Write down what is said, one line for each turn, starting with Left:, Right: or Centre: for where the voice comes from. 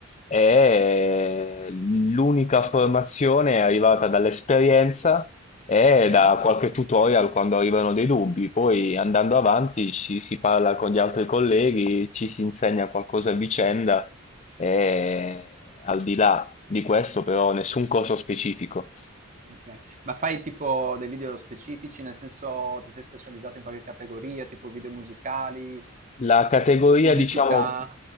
Left: e l'unica formazione è arrivata dall'esperienza e
Right: Ok,
Left: da qualche tutorial quando arrivano dei dubbi. Poi andando avanti ci si parla con gli altri colleghi, ci si insegna qualcosa a vicenda e al di là di questo però nessun corso specifico.
Right: ok. Ma fai tipo dei video specifici, nel senso ti sei specializzato in qualche categoria, tipo video musicali,
Left: La categoria,
Right: pubblicità?
Left: diciamo,